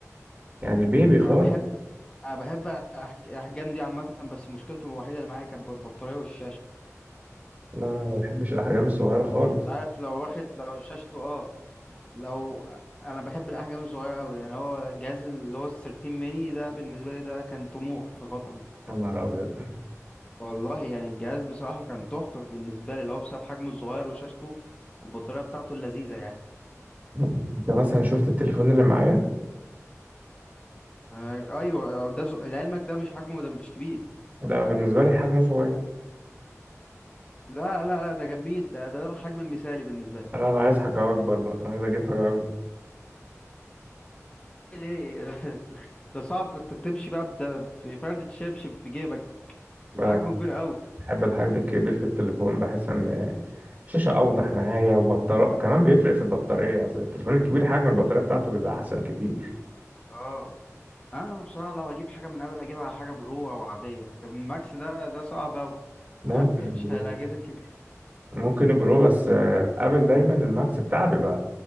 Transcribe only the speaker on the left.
انا بحب انا بحب أحج- احجام دي عامة بس مشكلته الوحيدة اللي معايا كانت البطارية والشاشة
يعني انت عارف لو واخد لو شاشته اه لو انا بحب الاحجام الصغيرة قوي يعني هو الجهاز اللي هو ال 13 ميني ده بالنسبة لي ده كان طموح في فترة من الفترات
والله يعني الجهاز بصراحة كان تحفة بالنسبة لي اللي هو بسبب حجمه الصغير وشاشته والبطارية بتاعته اللذيذة يعني
آه، ايوه ده ز- لعلمك ده مش حجمه ده مش كبير
لا لا لا ده جميل ده ده الحجم المثالي بالنسبة لي
ليه <laughs> ده صعب انت بتمشي بقى بده بفردة شبشب في جيبك
حجمه كبير قوي
اه انا بصراحة لو هجيب حاجة من ابل هجيبها حاجة برو او عادية لكن ماكس ده ده صعب قوي
مبحبش
الاجهزة الكبيرة